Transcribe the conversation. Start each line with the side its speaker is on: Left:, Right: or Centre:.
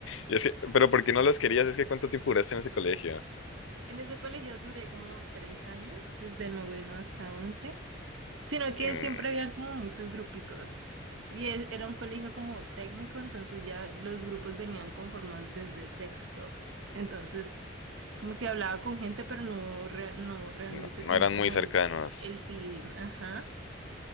Left: Y es que, pero ¿por qué no los querías? Es que ¿cuánto tiempo duraste en ese colegio?
Right: En ese colegio duré como tres años, desde noveno hasta once. sino que
Left: Y n-
Right: siempre habían como muchos grupitos. Y e- era un colegio como técnico, entonces ya los grupos venían conformados desde sexto. Entonces, como que hablaba con gente, pero no, re- no realmente
Left: no, no
Right: tenía
Left: eran
Right: como
Left: muy cercanos.
Right: el, el feeling. Ajá.